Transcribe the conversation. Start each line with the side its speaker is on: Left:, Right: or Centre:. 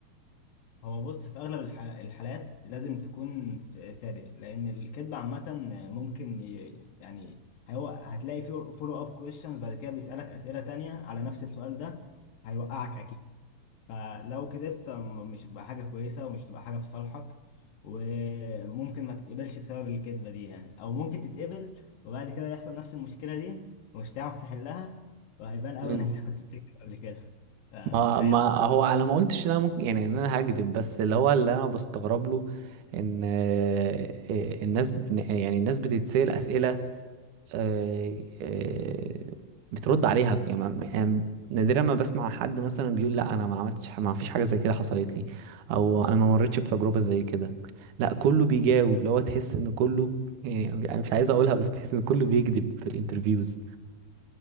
Left: هو بص في اغلب الح- الحالات لازم تكون س- صادق لان الكذب عامه ممكن ي- يعني هو هتلاقي فيه فولو اب كويشنز بعد كده بيسالك اسئله تانية على نفس السؤال ده هيوقعك اكيد فلو كذبت م- مش هتبقى حاجه كويسه ومش هتبقى حاجه في صالحك وممكن ما تتقبلش بسبب الكذبه دي يعني او ممكن تتقبل وبعد كده يحصل نفس المشكله دي ومش هتعرف تحلها وهيبان قوي
Right: مم.
Left: ان انت <laughs> كنت بتكذب قبل كده فمش
Right: ما
Left: عارف
Right: ما هو انا ما قلتش ان انا ممكن يعني ان انا هكذب بس اللي هو اللي انا بستغرب له ان آه، آه، الناس إن- يعني الناس بتتسأل اسئله آه، آه، بترد عليها يعني ما- يعني نادرا ما بسمع حد مثلا بيقول لا انا ما عملتش ح- ما فيش حاجه زي كده حصلت لي او انا ما مريتش بتجربه زي كده لا كله بيجاوب اللي هو تحس ان كله يعني انا مش عايز اقولها بس تحس ان كله بيكذب في الانترفيوز